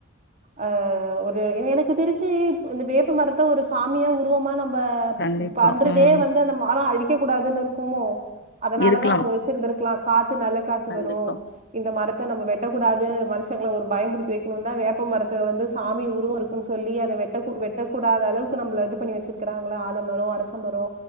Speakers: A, on the right; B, on the left.
A: ஆ ஒரு எ எனக்கு தெரிஞ்சு இந்த வேப்பமரத்தை ஒரு சாமியா உருவமா நம் ம
B: கண்டிப்பா
A: ம் பண்றதே
B: உம்
A: வந்து அந்த மரோ அழி க்கக்கூடாதுன்னு இரு க்குமோ அதனாலதா
B: இருக்கலாம்
A: அவுங்க வச்சிருந்திருக்கலா காத் து நல்ல காத்து
B: கண்டிப்பா
A: வரு இந்த மரத்த நம்ம வெ ட்டக்கூடாது மனுஷங்கள ஒரு பயம்புடுத்தி வைக்கணுன்தா வேப்ப மரத்த வந்து சாமி உருவோ இருக்குன்னு சொல்லி அத வெட் டக்கூ வெட்டக்கூடாத அளவுக்கு நம்பள இது பண்ணி வச்சிருக்கிறாங்கல்ல ஆலமரோ அரசமரோ